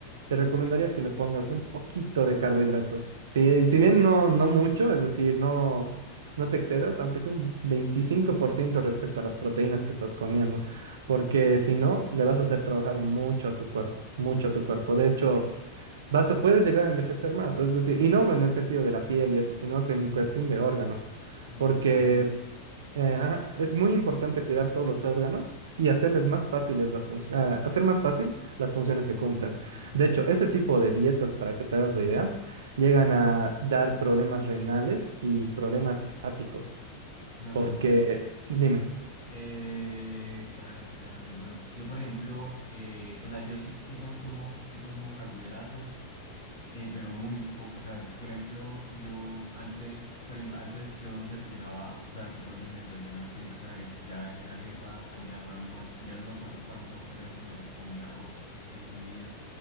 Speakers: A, on the right; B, on the left.
A: te recomendaría que le pongas un poquito de carbohidratos. Si, si bien no, no mucho, es decir, no, no te excedas, aunque sea un 25% respecto a las proteínas que estás comiendo, porque si no, le vas a hacer trabajar mucho a tu cuerpo, mucho a tu cuerpo. De hecho... Vas a, puedes llegar a envejecer más, es decir, y no en el sentido de la piel y eso, sino es en cuestión de órganos,
B: Como
A: porque
B: internamente.
A: eh, ajá, es muy importante cuidar todos los órganos y hacerles más fáciles las func- ah, hacer más fácil las funciones que cumplen.
B: Ok,
A: De hecho, este tipo de dietas, para que te hagas la idea, llegan a dar problemas renales y problemas hepáticos,
B: una
A: porque,
B: pregunta.
A: dime,
B: Eh, ¿cuál era la pregunta? Ya me olvidé. Bueno, yo por ejemplo, eh, o sea, yo sí, sí consumo, sí consumo carbohidratos. eh, pero muy poco. O sea, si por ejemplo yo antes, por ejemplo, antes yo desayunaba, pues aquí en Colombia se desayuna siempre con arepa. Ya dejé la arepa, ah, ya no almuerzo. Yo no me acuerdo cuándo fue la última vez que comí arroz en mi vida.